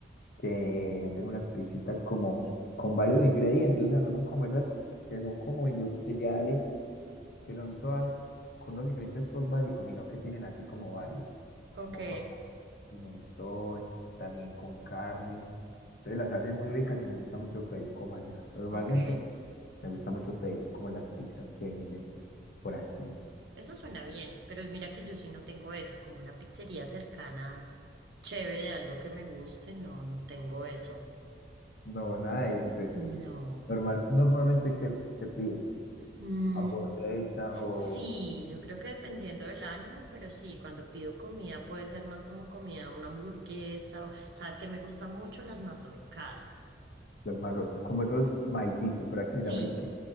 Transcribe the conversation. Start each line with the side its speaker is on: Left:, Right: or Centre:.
Left: que venden unas pizzitas como con varios ingredientes, o sea, no son como esas que son como industriales, que son todas con los ingredientes todos básicos, sino que tienen aquí como varios,
Right: ok,
Left: como con pimentón, también con carnes. Entonces las hacen muy ricas y me gusta mucho pedir como allá. Normalmente
Right: ok.
Left: me gusta mucho pedir como las pizzas que venden por aquí.
Right: Eso suena bien, pero mira que yo sí no tengo eso, como una pizzería cercana, chévere, de algo que me guste, no, no tengo eso.
Left: No, nada, de- pues
Right: No.
Left: normal, normalmente ¿qué, qué pides?
Right: Mm,
Left: Hamburguesa o
Right: sí, yo creo que dependiendo del ánimo, pero sí, cuando pido comida puede ser más como comida, una hamburguesa o, sabes que me gustan mucho las mazorcadas.
Left: Los magro- como esos maicitos, ¿verdad que se llama?
Right: Sí,
Left: Es